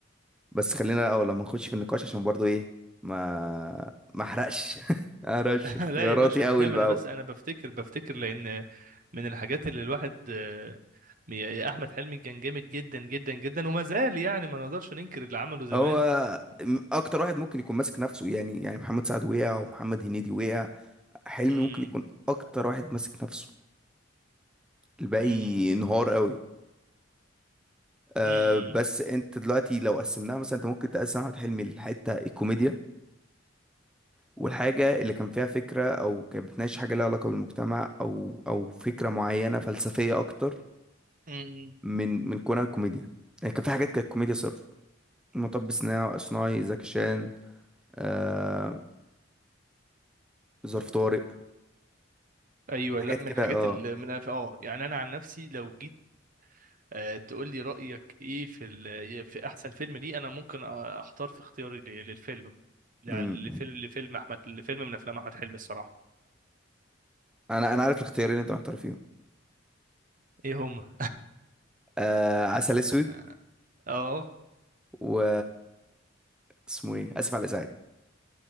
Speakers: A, in the centre; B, on the right.
A: بس خلينا الأول لما نخش في النقاش عشان برضو إيه ما ما أحرقش <laughs> ما أحرقش
B: <laughs>
A: اختياراتي
B: لا يا باشا انا
A: أول
B: فاهم
A: بأول
B: انا بس انا بفتكر بفتكر لان من الحاجات اللي الواحد آه، يا احمد حلمي كان جامد جدا جدا جدا وما زال يعني ما نقدرش ننكر اللي عمله زمان
A: هو
B: م-
A: م- أكتر واحد ممكن يكون ماسك نفسه يعني يعني محمد سعد وقع ومحمد هنيدي وقع حلمي
B: م-
A: ممكن يكون أكتر واحد ماسك نفسه الباقي
B: م- م-
A: انهار قوي أه
B: م-
A: بس انت دلوقتي لو قسمناها مثلا انت ممكن تقسم احمد حلمي لحته الكوميديا والحاجة اللي كان فيها فكرة أو كانت بتناقش حاجة ليها علاقة بالمجتمع أو أو فكرة معينة فلسفية أكتر
B: م- م.
A: من من كونها كوميديا يعني كان في حاجات كانت كوميديا صرف مطب صناعي صناعي زكي شان آه ظرف طارق
B: ايوه
A: حاجات
B: لا من
A: كده
B: الحاجات
A: اه
B: اللي من اه يعني انا عن نفسي لو جيت آه، تقول لي رايك ايه في ال... في احسن فيلم ليه انا ممكن آه، اختار في اختياري لل- للفيلم يعني
A: امم
B: لفيلم لفيلم احمد لفيلم من افلام احمد حلمي الصراحه
A: أنا أنا عارف الاختيارين اللي أنت محتار فيهم
B: ايه هما
A: آه عسل
B: <laughs>
A: أسود
B: اه
A: و اسمه إيه آسف على الإزعاج